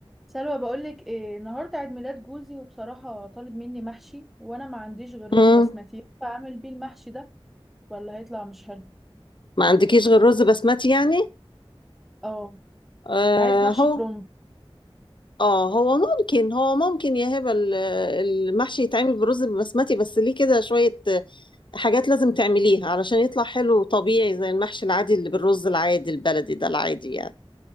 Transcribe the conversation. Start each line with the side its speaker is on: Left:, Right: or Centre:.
Centre: سلوى بقولك ايه النهارده عيد ميلاد جوزي وبصراحة طالب مني محشي وانا ما عنديش غير
Left: مم.
Centre: رز بسمتي فاعمل بيه المحشي ده ولا هيطلع مش حلو
Left: ما عندكيش غير رز بسمتي يعني
Centre: اه
Left: آه
Centre: عايز محشي
Left: هو
Centre: كروم
Left: اه هو ممكن هو ممكن يا هبه ال- المحشي يتعمل بالرز البسمتي بس ليه كده شويه حاجات لازم تعمليها علشان يطلع حلو وطبيعي زي المحشي العادي اللي بالرز العادي البلدي ده العادي يعني